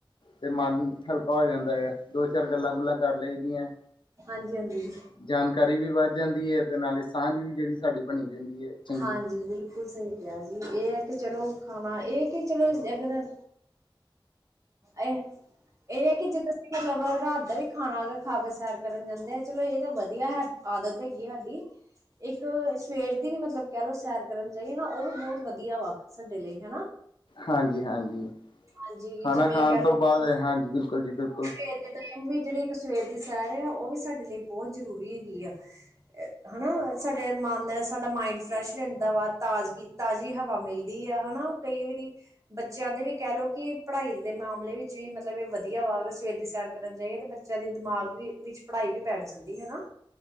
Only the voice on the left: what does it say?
ਤੇ ਮਨ ਹਲਕਾ ਹੋ ਜਾਂਦਾ ਹੈ ਦੋ ਚਾਰ ਗੱਲਾਂ ਗੁੱਲਾਂ ਕਰ ਲਈਦੀਆਂ।
ਜਾਣਕਾਰੀ ਵੀ ਵੱਧ ਜਾਂਦੀ ਹੈ ਤੇ ਨਾਲੇ ਸਾਂਝ ਵੀ ਜਿਹੜੀ ਸਾਡੀ ਬਣੀ ਰਹਦੀ ਹੈ ਚੰਗੀ
ਹਾਂਜੀ ਹਾਂਜੀ
ਖਾਣਾ
ਖਾਣ ਤੋਂ ਬਾਅਦ ਹਾਂਜੀ ਬਿਲਕੁਲ ਜੀ ਬਿਲਕੁਲ।